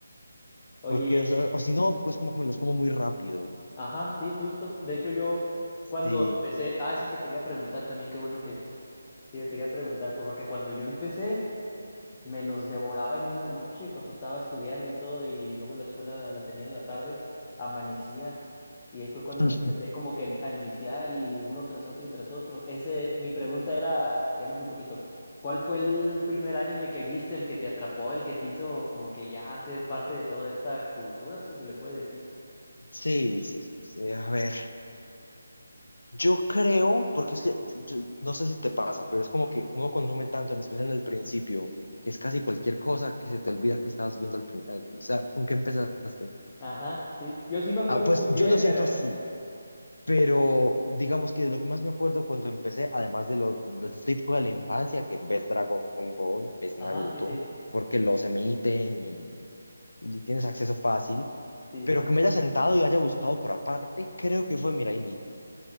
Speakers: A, on the left; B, on the left.
A: Oye,
B: porque,
A: y es.
B: o sea, o si no, es como que me los como muy rápido.
A: Ajá, sí, justo. De hecho, yo
B: Sí,
A: cuando empecé, ah, eso te quería preguntar también, qué bueno que te quería preguntar, pues, porque cuando yo empecé, me los devoraba en una noche cuando estaba estudiando y todo, y luego la escuela la tenía en la tarde, amanecía. Y ahí fue cuando
B: <clears throat>
A: me empecé como que a enviciar y uno tras otro y tras otro. Ese, mi pregunta era, ya me fui poquito, ¿cuál fue el primer anime que viste, el que te atrapó, el que te hizo como que ya ser parte de toda esta cultura, si se le puede decir?
B: sí, sí. sí, A ver. Yo creo, porque es que yo- no sé si te pasa, pero es como que uno consume tanto, en especial en el principio, que es casi cualquier cosa que se te olvida que estabas viendo al principio. O sea, ¿con qué empezaste?
A: Ajá, sí. Yo sí me acuerdo
B: Ah, pues
A: muy
B: yo
A: bien,
B: lo siento
A: pero...
B: así, pero digamos que de lo que más me acuerdo cuando empecé, además de lo, lo típico de la infancia, que ves Dragon Ball, ves
A: Ajá,
B: Naruto,
A: sí, sí,
B: porque los emiten y, y tienes acceso fácil,
A: sí.
B: pero
A: fa-
B: que me haya sentado y haya buscado por aparte, creo que fue Mirai Nikki.